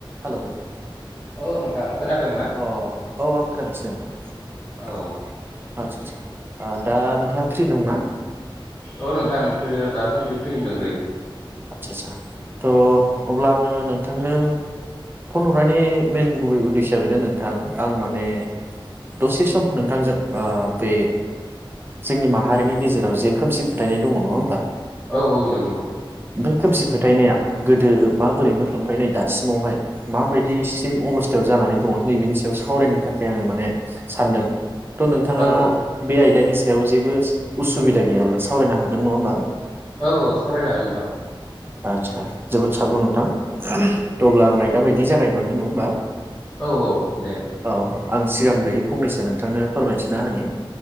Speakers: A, on the right (about 25°); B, in the centre.
A: Hello
B: औ नोंथां खोनादों ना?
A: अ औ आं खोनागासिनो नोंथां
B: औ
A: आतसा आतसा दा नोंथाङा फ्रि दंना
B: औ नोंथां फ्रि दासान्दि फ्रियैनो दोंथयो
A: आदसा आसा थ' अब्ला आङो नोंथांनो फन हरनायनि मेन गुबै उद्देसया बेनो नोंथां आं माने दसे सम नोंथांजों ओ बे जोंनि माहारिनि गेजेराव जे खोमसि फोथायनाय दङ' नङा होमबा
B: औ औ नंगौ
A: बै खोमसि फोथायनाया गोदो माबोरैमोन ओमफ्राय नै दासिमावहाय माबायदिसिम अबस जानानै दङ' नैबेनि सायाव सावरायनो थाखाय आङो माने सानदों थ' नोंथाङा
B: औ औ
A: बे आयदानि सायाव जेबो उसुबिदा गैयाब्ला सावरायनो हागोन नङा होमबा
B: औ औ सावरायनो हागोन नोंथां
A: आदसा जोबोद साबगौ नोंथां थ' अब्ला आं आयदा बायदि जागायनो लांनि नङा होमबा
B: औ औ दे
A: औ आं सिगांग्रोयै फंनैसो नोंथांनो फोरमायथिना होनि